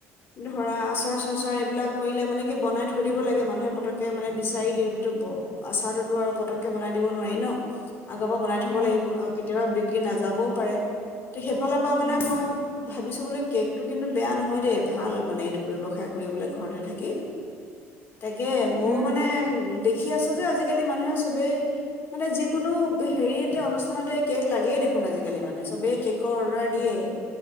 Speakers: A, on the left; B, on the right.
A: ধৰা আচাৰ চাচাৰ এইবিলাক কৰিলে মানে কি বনাই থৈ দিব লাগে মানুহে পতককে মানে বিচাৰি দ আচাৰটোতো আৰু পতককে বনাই দিব নোৱাৰি ন আগৰ পৰা বনাই থ'ব
B: অ
A: লাগিব আৰু কেতিয়াবা বিক্ৰী নাযাবও পাৰে ত সেইফালৰ পৰা মানে
B: উম
A: মই ভাবিছো বোলে কেকটো কিন্তু বেয়া নহয় দেই ভাল মানে এইটো ব্যৱসায় কৰিবলে ঘৰতে থাকি তাকে মই
B: উম
A: মানে দে দেখি আছো যে আজিকালি মানুহে চবে মানে যিকোনো হেৰি এতে অনুষ্ঠানতে কেক লাগিয়ে দেখ ন আজিকালি মানে চবেই কেকৰ অৰ্ডাৰ দিয়ে